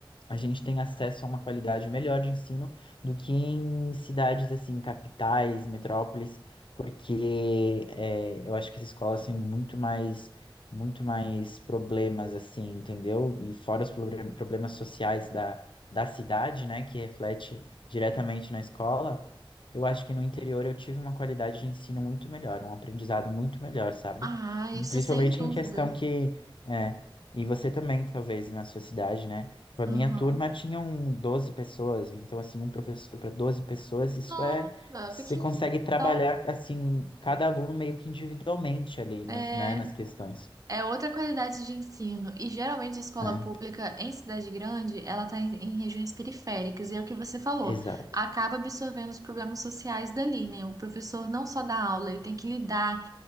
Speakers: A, on the left; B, on the right.
A: a gente tem acesso a uma qualidade melhor de ensino do que em cidades assim, capitais, metrópoles, porque é, eu acho que as escolas têm muito mais, muito mais problemas assim, entendeu? E fora os proble- problemas sociais da, da cidade, né, que reflete diretamente na escola, eu acho que no interior eu tive uma qualidade de ensino muito melhor, um aprendizado muito melhor, sabe?
B: Ah, isso
A: Principalmente
B: sem dúvida.
A: em questão que é, e você também, talvez, na sua cidade, né? A
B: Aham.
A: minha turma tinha um 12 pessoas, então, assim, um professor para 12 pessoas, isso
B: Nossa,
A: é. Você
B: pequenininho.
A: consegue trabalhar,
B: Então,
A: assim, cada aluno meio que individualmente ali,
B: é.
A: nos, né, nas questões.
B: É outra qualidade de ensino. E geralmente a escola
A: É,
B: pública em cidade grande, ela está em, em regiões periféricas. E é o que você falou,
A: exato,
B: acaba absorvendo os problemas sociais dali, né? O professor não só dá aula, ele tem que lidar